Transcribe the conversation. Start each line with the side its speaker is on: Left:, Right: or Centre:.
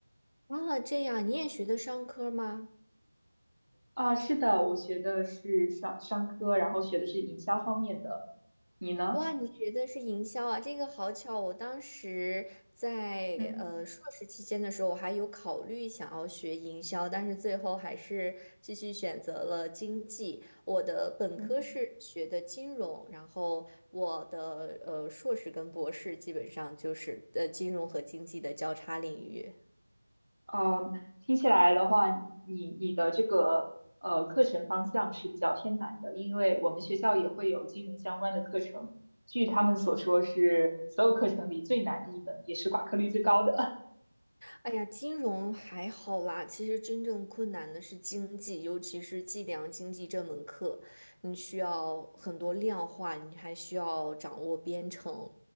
Left: 啊，这样你也学的商科吗？
Right: 啊，是的，我学的是商商科，然后学的是营销方面的，你呢？
Left: 哇，你学的是营销啊？这个好巧，我当时在呃硕士期间的时候，
Right: 嗯
Left: 我还有考虑想要学营销，但是最后还是继续选择了经济。我的本科是学的金融，
Right: 嗯，
Left: 然后我的呃硕士跟博士基本上就是呃金融和经济的交叉领域。
Right: 嗯，听起来的话，你你的这个呃课程方向是比较偏难的，因为我们学校也会有金融相关的课程，据他们所说是所有课程里最难的一门，也是挂科率最高的。
Left: 哎呀，金融还好啦。其实真正困难的是经济，尤其是计量经济这门课，你需要很多量化，你还需要掌握编程。